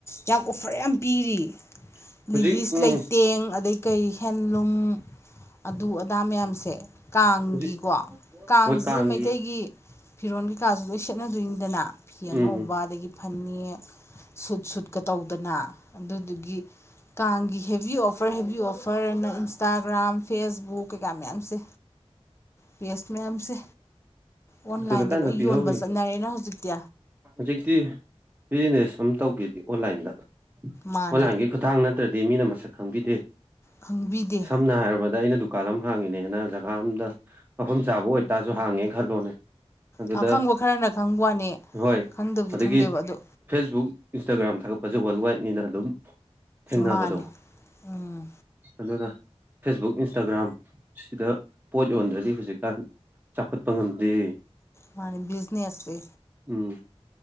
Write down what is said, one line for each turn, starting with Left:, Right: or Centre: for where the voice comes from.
Left: ꯌꯥꯝ ꯑꯣꯐꯔ ꯌꯥꯝ ꯄꯤꯔꯤ
Right: <inaudible>
Left: ꯂꯤꯂꯤꯁ
Right: ꯎꯝ
Left: ꯂꯩꯇꯦꯡ ꯑꯗꯩ ꯀꯔꯤ ꯍꯦꯟꯂꯨꯝ ꯑꯗꯨ ꯑꯗꯥ ꯃꯌꯥꯝꯁꯦ ꯀꯥꯡꯒꯤꯀꯣ
Right: ꯍꯧꯖꯤꯛ
Left: ꯀꯥꯡꯁꯤ
Right: ꯍꯣꯏ ꯀꯥꯡꯒꯤ
Left: ꯃꯩꯇꯩꯒꯤ ꯐꯤꯔꯣꯜ ꯀꯩꯀꯥꯁꯨ ꯂꯣꯏ ꯁꯦꯠꯅꯗꯣꯏꯅꯤꯗꯅ ꯐꯤ ꯑꯉꯧꯕ
Right: ꯎꯝ ꯎꯝ
Left: ꯑꯗꯒꯤ ꯐꯅꯦꯛ ꯁꯨꯠ ꯁꯨꯠꯀ ꯇꯧꯗꯅ ꯑꯗꯨꯗꯨꯒꯤ ꯀꯥꯡꯒꯤ ꯍꯦꯕꯤ ꯑꯣꯐꯔ ꯍꯦꯕꯤ ꯑꯣꯐꯔ ꯍꯥꯏꯅ ꯏꯟꯁꯇꯥꯒ꯭ꯔꯥꯝ ꯐꯦꯁꯕꯨꯛ ꯀꯩꯀꯥ ꯃꯌꯥꯝꯁꯦ ꯄꯦꯁ ꯃꯌꯥꯝꯁꯦ ꯑꯣꯟꯂꯥꯏꯟꯗ
Right: ꯑꯗꯨꯗ ꯀꯟꯅ
Left: ꯂꯣꯏ
Right: ꯄꯤꯍꯧꯔꯤꯅꯩ
Left: ꯌꯣꯟꯕ ꯆꯠꯅꯔꯦꯅ ꯍꯧꯖꯤꯛꯇꯤ
Right: ꯍꯧꯖꯤꯛꯇꯤ ꯕꯤꯖꯤꯅꯦꯁ ꯑ ꯇꯧꯒꯦꯗꯤ ꯑꯣꯟꯂꯥꯏꯟꯗ
Left: ꯃꯥꯅꯦ
Right: ꯑꯣꯟꯂꯥꯏꯟꯒꯤ ꯈꯨꯊꯥꯡ ꯅꯠꯇ꯭ꯔꯗꯤ ꯃꯤꯅ ꯃꯁꯛ ꯈꯪꯕꯤꯗꯦ
Left: ꯈꯪꯕꯤꯗꯦ
Right: ꯁꯝꯅ ꯍꯥꯏꯔꯕꯗ ꯑꯩꯅ ꯗꯨꯀꯥꯟ ꯑꯃ ꯍꯥꯡꯉꯤꯅꯦꯅ ꯖꯒꯥ ꯑꯝꯗ ꯃꯐꯝ ꯆꯥꯕ ꯑꯣꯏꯇꯥꯔꯁꯨ ꯍꯥꯡꯉꯦꯅ ꯈꯜꯂꯣꯅꯦ ꯑꯗꯨꯗ
Left: ꯑ ꯈꯪꯕ ꯈꯔꯅ ꯈꯪꯕ ꯋꯥꯅꯤ
Right: ꯍꯣꯏ
Left: ꯈꯪꯗꯕꯗꯤ
Right: ꯑꯗꯒꯤ
Left: ꯈꯪꯗꯦꯕ ꯑꯗꯣ
Right: ꯐꯦꯁꯕꯨꯛ ꯏꯟꯁꯇꯥꯒ꯭ꯔꯥꯝ ꯊꯥꯒꯠꯄꯁꯦ ꯋꯥꯔꯜ ꯋꯥꯏꯠ ꯅꯤꯅ ꯑꯗꯨꯝ ꯊꯦꯡꯅꯕꯗꯣ
Left: ꯃꯥꯅꯦ ꯎꯝ
Right: ꯑꯗꯨꯅ ꯐꯦꯁꯕꯨꯛ ꯏꯟꯁꯇꯥꯒ꯭ꯔꯥꯝ ꯁꯤꯗ ꯄꯣꯠ ꯌꯣꯟꯗ꯭ꯔꯗꯤ ꯍꯧꯖꯤꯛꯀꯥꯟ ꯆꯥꯎꯈꯠꯄ ꯉꯝꯗꯦ
Left: ꯃꯥꯅꯤ ꯕꯤꯖꯤꯅꯦꯁꯁ
Right: ꯎꯝ